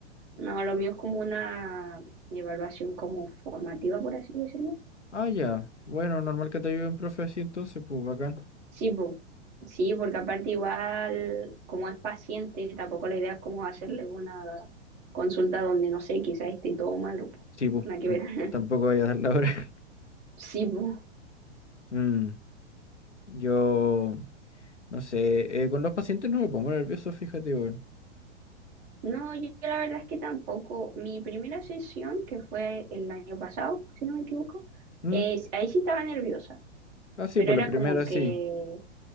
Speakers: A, on the right; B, on the left.
A: No, lo mío es como una evaluación como formativa, por así decirlo.
B: Ah, ya. Bueno, normal que te ayude un profe así entonces, pues bacán.
A: Sí, po. Sí, porque aparte igual, como es paciente, tampoco la idea es como hacerle una consulta donde, no sé, quizá esté todo malo, po.
B: Sí, pues,
A: Nada que
B: tam-
A: ver. <laughs>
B: tampoco voy a dar la hora. <laughs>
A: Sí, po.
B: Mm, yo, no sé, eh, con los pacientes no me pongo nervioso, fíjate, bueno.
A: No, yo la verdad es que tampoco. Mi primera sesión, que fue el año pasado, si no me equivoco,
B: Mm,
A: es, ahí sí estaba nerviosa,
B: ah, sí,
A: pero
B: pues
A: era
B: la primera
A: como que,
B: sí.